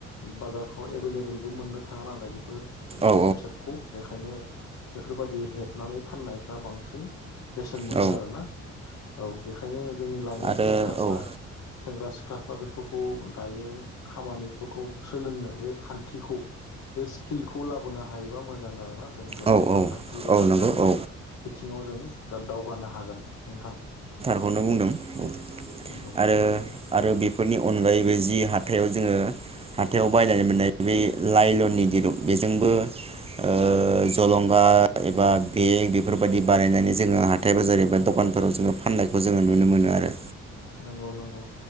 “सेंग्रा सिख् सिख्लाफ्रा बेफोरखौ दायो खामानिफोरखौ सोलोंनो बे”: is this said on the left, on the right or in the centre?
Left